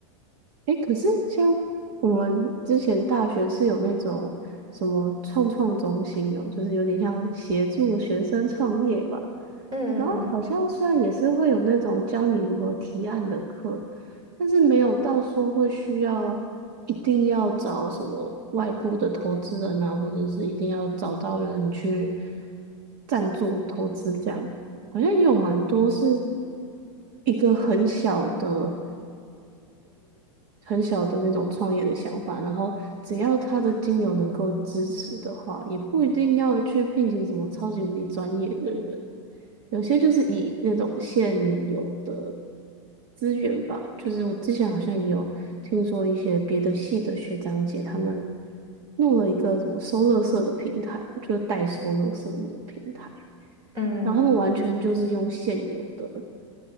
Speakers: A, on the right (about 45°); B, on the right (about 25°).
A: 诶，可是像我们之前大学是有那种什么创创中心哦，就是有点像协助学生创业吧。
B: 嗯嗯嗯
A: 然后好像虽然也是会有那种教你如何提案的课，但是没有到说会需要一定要找什么外部的投资人啊，或者是一定要找到人去赞助投资这样，好像也有蛮多是一个很小的。很小的那种创业的想法，然后只要他的金流能够支持的话，也不一定要去聘请什么超级无敌专业的人，有些就是以那种现有的资源吧，就是我之前好像也有听说一些别的系的学长姐他们弄了一个什么收乐圾的平台，就是代收乐圾的那种平台，
B: 嗯。
A: 然后他们完全就是用现有的